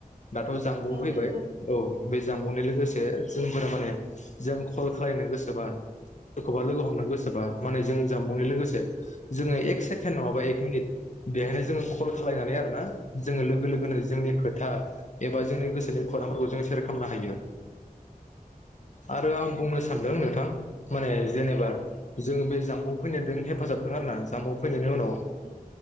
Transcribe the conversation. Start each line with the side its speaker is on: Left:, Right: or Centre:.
Left: दाथ' जामबुं
Right: औ
Left: फैबाय
Right: नंगौ
Left: औ बे जामबुंनि लोगोसे
Right: औ नंगौ औ
Left: जों फोरा माने जों कल खालायनो गोसोबा सोरखौबा लोगो हमनो गोसोबा माने जों जानबुंनि लोगोसे जोङो एक सेकेण्ड नङाबा एक मिनिट बेहाय जों कल खालायनानै आरो ना जोङो लोगो लोगोनो जोंनि खोथा एबा जोंनि गोसोनि खौरांफोरखौ जों सेयार खालामनो हायो। आरो आं बुंनो सा सानदों नोंथां माने जेनेबा जों बे जामबुं फैनायदों हेफाबदों आरो न जामबुं फैनायनि उनाव
Right: औ।